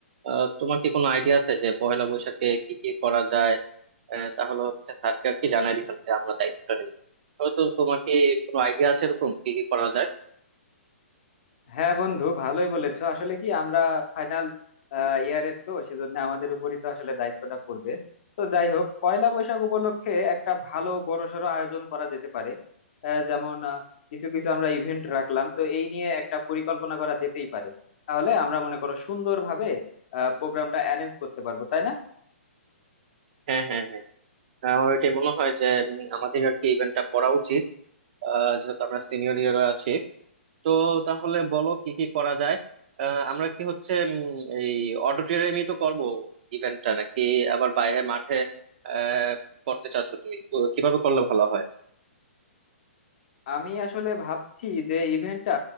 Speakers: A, on the right; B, on the left.
A: আহ তোমার কি কোনো আইডিয়া আছে যে পয়লা বৈশাখে কি কি করা যায় আহ, তাহলে হচ্ছে স্যারকে আর কি জানাই দিতাম যে আমরা দায়িত্বটা নেব তো তোমার কি কোনো আইডিয়া আছে এরকম কি কি করা যায়
B: হ্যাঁ বন্ধু ভালোই বলেছো আসলে কি আমরা ফাইনাল ইয়ারের তো সেজন্য আমাদের উপরই তো আসলে দায়িত্বটা পড়বে তো যাই হোক পয়লা বৈশাখ উপলক্ষে একটা ভালো বড়সড় আয়োজন করা যেতে পারে আহ, যেমন আহ, কিছু কিছু আমরা ইভেন্ট রাখলাম তো এই নিয়ে একটা পরিকল্পনা করা যেতেই পারে তাহলে আমরা মনে করো সুন্দরভাবে প্রোগ্রামটা অ্যারেঞ্জ করতে পারবো তাই না
A: হ্যাঁ হ্যাঁ হ্যাঁ হ্যাঁ, আমার এটা মনে হয় যে উম, আমাদের আর কি ইভেন্টটা করা উচিত আহ, যেহেতু আমরা সিনিয়র ইয়াররা আছি তো তাহলে বলো কি কি করা যায় আহ, আমরা কি হচ্ছে উম, এই অডিটোরিয়ামে তো করব ইভেন্টটা নাকি আবার বাইরে মাঠে আহ করতে চাচ্ছ তুমি তো কিভাবে করলে ভালো হয়
B: আমি আসলে ভাবছি যে ইভেন্টটা